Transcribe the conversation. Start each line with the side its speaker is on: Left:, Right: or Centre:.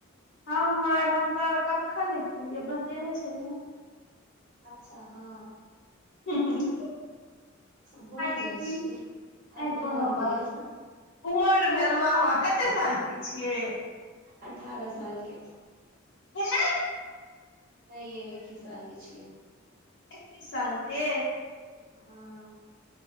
Left: हमर हम तऽ कखन नहि खेलियै बतेने छलऊ।
Right: अच्छा हँ।
Left: <unintelligible> अहाँके
Right: भूलि जाइ
Left: की
Right: छियै आब
Left: अ
Right: उमर
Left: कोनो
Right: भेल
Left: बात नै। उमर भेल वाह वा कते साल के छियै।
Right: अठारह सालके।
Left: हँ।
Right: नई ये एकीस साल के छियै।
Left: पी सालके। <unintelligible>
Right: हँ।